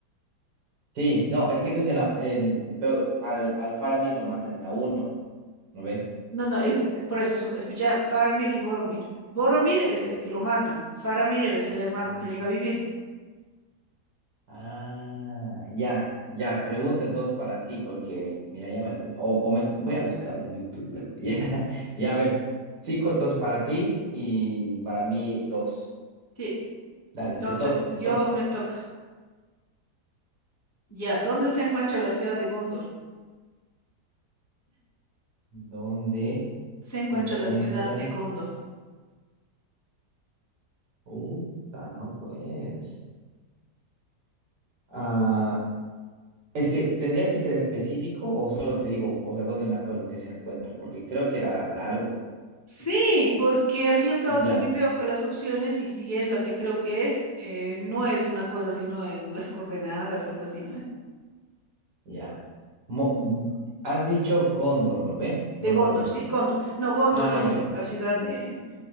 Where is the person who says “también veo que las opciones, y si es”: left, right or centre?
Left